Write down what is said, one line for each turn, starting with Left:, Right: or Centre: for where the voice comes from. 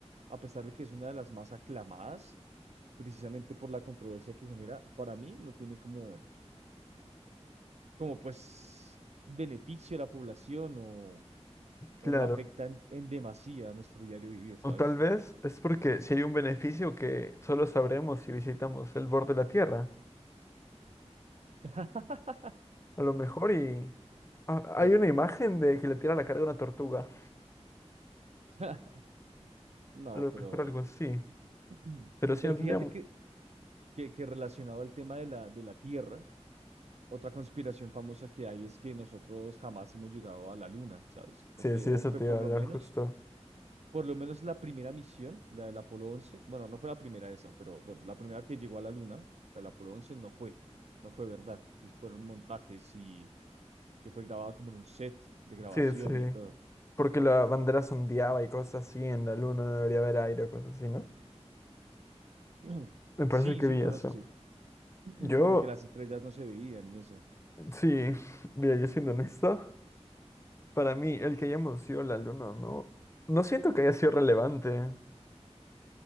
Right: a pesar de que es una de las más aclamadas, precisamente por la controversia que genera, para mí no tiene como, como pues beneficio a la población o,
Left: claro.
Right: o no afecta en, en demasía a nuestro diario vivir, ¿sabes?
Left: O tal vez es porque si hay un beneficio que solo sabremos si visitamos el borde de la Tierra.
Right: <laughs>
Left: A lo mejor y... ah, hay
Right: Perdón.
Left: una imagen de que la Tierra la carga una tortuga.
Right: <laughs> No,
Left: A lo
Right: pero,
Left: mejor algo así.
Right: <clears throat>
Left: Pero sí,
Right: pero
Left: no
Right: fíjate
Left: tendría... mu-
Right: que, que, que relacionado al tema de la, de la tierra. Otra conspiración famosa que hay es que nosotros jamás hemos llegado a la Luna, ¿sabes? O
Left: Sí,
Right: que,
Left: sí,
Right: o
Left: eso
Right: que
Left: te
Right: por
Left: iba a
Right: lo
Left: hablar
Right: menos,
Left: justo.
Right: por lo menos la primera misión, la del Apolo once bueno, no fue la primera esa, pero bueno, la primera que llegó a la Luna, la del Apolo 11 no fue, no fue verdad, y fueron montajes y que fue grabado como en un set de grabación
Left: Sí, sí.
Right: y todo.
Left: Porque la bandera sondeaba y cosas así, en la luna no debería haber aire o cosas así, ¿no?
Right: <clears throat>
Left: Me
Right: Sí,
Left: parece que
Right: sí,
Left: vi
Right: cosas
Left: eso.
Right: así, <clears throat>
Left: Yo,
Right: como que las estrellas no se veían y eso.
Left: sí, <laughs> mira, yo siendo honesto. Para mí, el que hayamos sido la luna, no, no siento que haya sido relevante.